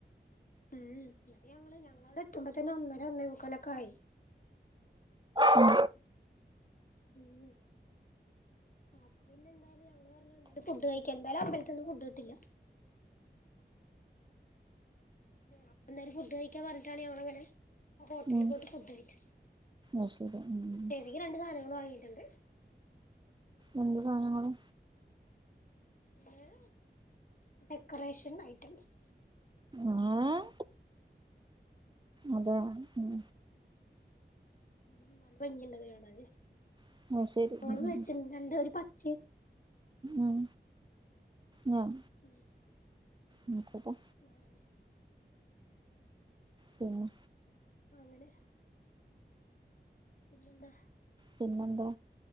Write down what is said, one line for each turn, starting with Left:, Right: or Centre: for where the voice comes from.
Left: ഉം അത് ഞങ്ങള് ഞങ്ങളവിടെ എത്തുമ്പോ തന്നെ ഒന്നര ഒന്നേ മൂക്കാല് ഒക്കെ ആയി
Right: ഉം
Left: ഉം ആഹ് അപ്പൊ പിന്നെന്തായാലും ഞങ്ങള് പറഞ്ഞ് എന്താലും ഫുഡ് കഴിക്കാം എന്തായാലും അമ്പലത്തൊന്നും ഫുഡ് കിട്ടില്ല. അപ്പൊ എന്താലും ഫുഡ് കഴിക്കാൻ പറഞ്ഞിട്ടാണ് ഞങ്ങള് അങ്ങനെ ഹോട്ടലിൽ
Right: ഉം
Left: പോയിട്ട് ഫുഡ് കഴിച്ചു
Right: അത് ശരി ഉം
Left: ചേച്ചിക്ക് രണ്ട് സാധനങ്ങൾ വാങ്ങിയിട്ടുണ്ട്
Right: എന്ത് സാധനങ്ങള്
Left: പിന്നെ ഡെക്കറേഷൻ ഐറ്റംസ്
Right: ആഹ് അതെ ഉം
Left: നല്ല ഭംഗിയൊണ്ടത് കാണേന്
Right: അത് ശരി
Left: ഞങ്ങ
Right: ഉം
Left: മേടിച്ചി
Right: ഉം
Left: രണ്ട് പച്ചയും
Right: ഉം ഉം
Left: ഉം
Right: നോക്കട്ടെ
Left: <unintelligible>
Right: പിന്നെ
Left: അങ്ങനെ പിന്നെ എന്താ
Right: പിന്നെന്താ